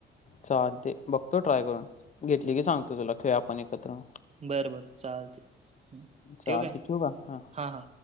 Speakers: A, on the left (about 35°); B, on the right (about 35°).
A: चालतंय. बघतो ट्राय करून. घेतली की सांगतो तुला. खेळू आपण एकत्र.
B: बरं बरं चालते
A: चालतंय.
B: ठेवू काय
A: ठिऊ का? हा.
B: हां हां.